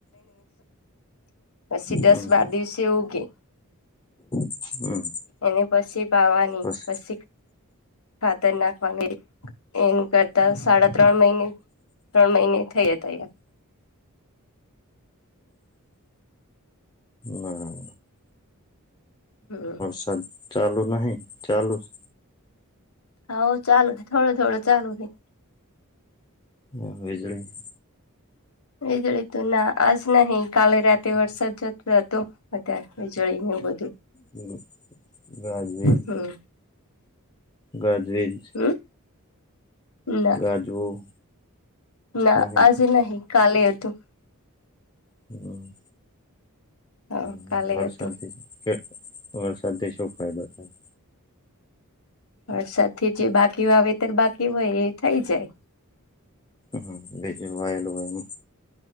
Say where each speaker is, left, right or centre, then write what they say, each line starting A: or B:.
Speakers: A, on the left (about 75°); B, on the left (about 20°).
A: <inaudible> પસી
B: હમ
A: દસ બાર દિવસે ઉગે.
B: હમ
A: એને પસી પાવાની
B: બસ
A: પસી ખાતર નાખવાની એન કરતા સાડા ત્રણ મહિને ત્રણ મહિને થયા તૈયાર.
B: ના
A: હમ
B: છ ચાલુ નહીં ચાલુ સ?
A: હોવ ચાલુ હે, થોડો થોડો ચાલુ હે.
B: હમ વીજળી?
A: વીજળી તો ના આજ નહી કાલે રાતે વરસાદ જતો હતો. અતાર વીજળીને એવું બધું.
B: હમ ગાજવીજ?
A: હમ
B: ગાજવીજ?
A: હમ ના
B: ગાજવું?
A: ના
B: નહી
A: આજે નહીં કાલે હતું.
B: હમ
A: હા
B: હમ
A: કાલે
B: વરસાદથી
A: હતું
B: કે વરસાદથી શું ફાયદો થાય?
A: વરસાદથી જે બાકી વાવેતર બાકી હોય એ થઇ જાય.
B: હમ જે જે વાયેલું હોય એમ?